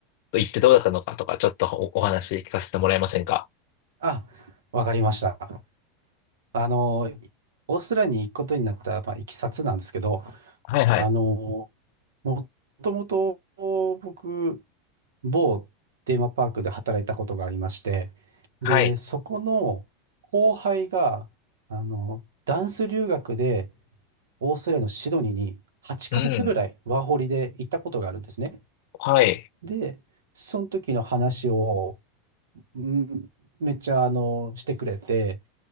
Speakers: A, on the left; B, on the right.
A: 行ってどうだったのかとか、ちょっとお、お話聞かせてもらえませんか
B: あ、わかりました。あの、オーストラリアに行くことになった、まあ、いきさつなんですけど、
A: はいはい。
B: あの、もともと僕、某テーマパークで働いたことがありまして、
A: はい。
B: で、そこの後輩が、あの、ダンス留学でオーストラリアのシドニーに8ヶ月ぐらいワーホリで行ったことがあるんですね。
A: うん。はい。
B: で、その時の話を、うんめっちゃあのしてくれて、